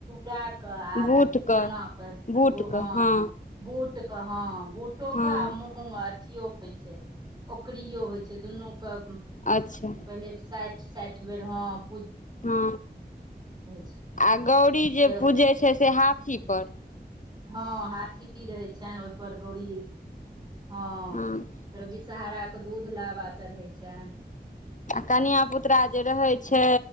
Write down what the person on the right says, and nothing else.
द कऽ आ
चनाके
बूहँ।
बूटके हँ बूटोे
आ मु। मूग अथियो होइ छै ओकरीयो होइ छै दुनू के पहिले
साठि-साठि बेर हम
छै
फेर
हँ हाथीपी रहै छनि ओहिपर गौरी हँ
फेर विषहहाराके दूध लाबा चढ़ै छै